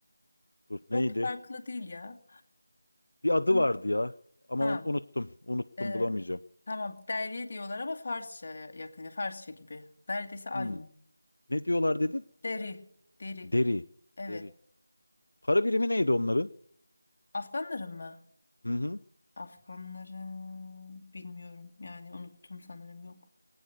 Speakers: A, on the left (about 70°); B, on the left (about 40°).
A: Dur
B: Çok
A: neydi?
B: da farklı değil ya.
A: Bir adı
B: Hı.
A: vardı ya ama
B: Ha,
A: onu unuttum. Unuttum
B: e,
A: bulamayacağım.
B: tamam deri diyorlar ama Farsça'ya yakın, Farsça gibi. Neredeyse aynı.
A: Hmm. Ne diyorlar dedin?
B: Deri, deri.
A: Deri.
B: Evet.
A: Deri. Para birimi neydi onların?
B: Afganların mı?
A: Hı hı.
B: Afganların bilmiyorum. Yani unuttum sanırım yok.